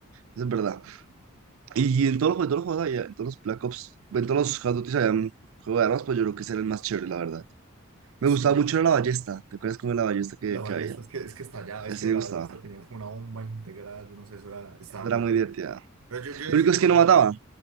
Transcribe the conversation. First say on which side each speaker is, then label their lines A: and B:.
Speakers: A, on the right; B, on the right.
A: Eso es verdad. Y en todos los, jue- todos los juegos había, en todos los Black Ops, en todos los Call of Duty había un juego de armas, pues yo creo que ese era el más chévere, la verdad. Me
B: Sí,
A: gustaba
B: yo,
A: mucho era la ballesta. ¿Te acuerdas cómo era la ballesta que,
B: la ballesta
A: que había?
B: es que, es que estallaba,
A: Ese
B: es que
A: me
B: la
A: gustaba.
B: ballesta tenía como una bomba integrada, yo no sé, eso era, estaba
A: Esa era
B: muy
A: muy
B: roto.
A: divertida.
B: Pero yo, yo
A: Lo
B: decir
A: único
B: que
A: es
B: jugué
A: que no mataba.
B: bastante.